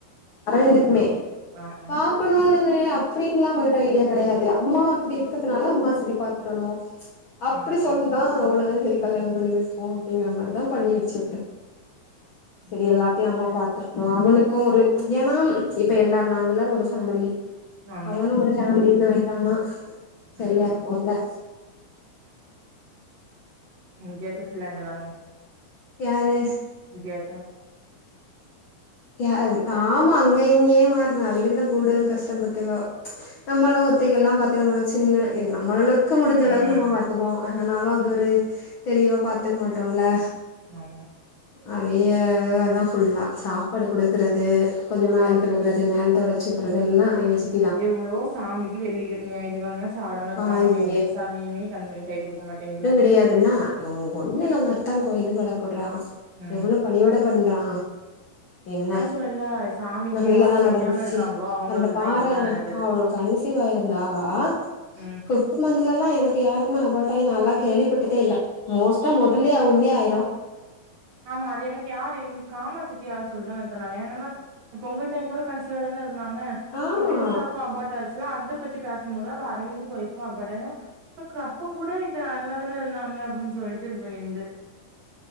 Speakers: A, on the left; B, on the right.
A: ரெண்டுக்குமே
B: ஆ ஆ
A: பாக்கணும்னு இல்லயே அப்டினு ஐடியா கிடையாது அம்மா இப்டி இருக்கிறதுனால அம்மா செரி பாத்துரணு ச்
B: ம்
A: அப்டி சொல்லி நா அவன தா செரி கல்யாணோ பண்ணி வைப்போ அப்டிங்க மாரிதா பண்ணி வச்சது
B: ம்
A: செரி எல்லாத்தையு அம்மா பாத்துரு அவனுக்கு ஒரு ச் ஏன்னா இப்ப எல்லாரு நாங்க எல்லாரு ஒரு ஃபேமலி
B: ஆமா
A: அவனு ஒரு ஃபேமிலின்னு ஆயிட்டானா
B: ம்
A: சரியா இருக்குல்ல
B: இல்லங்ககுறானோ <unintelligible>
A: யாரு
B: விதியாத்தா
A: யா ஆமா அங்க இங்கயே மாறம அவிலக்கு தா கூடுதல் கஷ்டம் பத்துக்கோ நம்மளும் ஒத்தைகள்லா பாத்துட்டு நம்மளும் சின்ன நம்மளவுக்கு முடிஞ்ச
B: ம்
A: அளவுக்கு நம்ம பாத்துப்போ வாங்னாலு அது ஒரு தெளிவா பாத்துக்க மாட்டோல
B: நாந்தா
A: அதையேதா ஃபுல்லா சா பாடு குடுக்கறது கொஞ்ச மேல் கழுவுறது மேல தொடச்சி விடுறதெல்லா எங்க வச்சி
B: எவ்வளோ சாமிக்கு வெள்ளிக்கி ஞாயிதுக்கமாச் சாப்பிடாம இருப்பாங்கன்னா
A: ஆ ஏ
B: எந்த சாமியுமே கண் கை குடுக்க மாட்டேங்கல்லா
A: தெரியாதுன்னா ங்க ஒண்ணுல்ல உங்க அத்தா கோயிலுக்கு வளக்குடுறா
B: ம்
A: எவ்வளோ பணவிட பண்றா என்ன
B: அதா சொன்னேன்ல சாமிக்கு
A: நல்லதா
B: யார் செய்யாம
A: நடந்துச்சு
B: இருக்காங்களோ அவங்களுக்கு
A: அந்த பாற
B: தா எல்லா நடக்குது
A: அவளோ கன்சிவா இருந்தாவா
B: ம்
A: பிப்த் மந்த்லலா எனக்கு யாருக்குமே அபாட் ஆகி நாளா கேள்விபட்டதேல்ல மோஸ்ட்டா மொதலே உள்ளேய ஆயிரு
B: ஆமா அது எனக்கு யாரு காமா சிட்டி யாரு சொல்லிதா எனுப்பனாங்க ஏன்னமா பொங்கல் கூட கன்சிவா தான இருந்தாங்க
A: ஆமா
B: இந்த வினுசாவுக்கு அபாட் ஆச் இல்ல அந்த பத்தி பேச போதுதா இப்ப அரவிந்துக்கு ஒய்புக்கு அபாட் ஆய்ரு அதுக்கப்ப கூட இது நல்லாதான இருந்தாங்க அப்படின்னு சொல்லிட்டு இது மாரி இருந்து